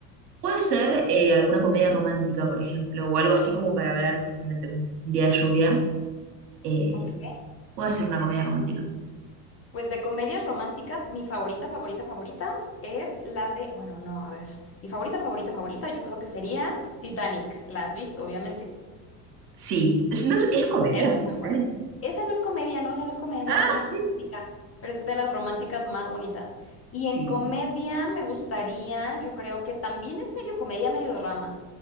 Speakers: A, on the right; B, on the left.
A: Puede ser eh, alguna comedia romántica, por ejemplo, o algo así como para ver justamente un día de lluvia. Eh,
B: Ok.
A: puede ser una comedia romántica.
B: Pues de comedias románticas, mi favorita, favorita, favorita es la de, bueno, no, a ver, mi favorita, favorita, favorita, yo creo que sería Titanic. La has visto, obviamente.
A: Sí, es, no, es comedia.
B: Esa es muy buena.
A: Dani.
B: Esa no es comedia, no, esa no es comedia,
A: Ah,
B: pero esa es romántica. Pero es de las románticas más bonitas. Y
A: sí,
B: en comedia me gustaría, yo creo que también es medio comedia, medio drama.